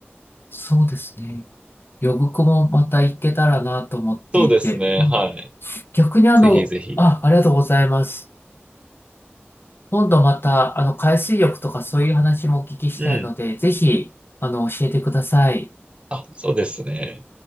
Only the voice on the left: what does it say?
そうですね。呼子もまた行けたらなと思っていて、
うん
逆にあの、
あ、ありがとうございます。今度また、あの、海水浴とかそういう話もお聞きしたいので、
ぜひ、あの、教えてください。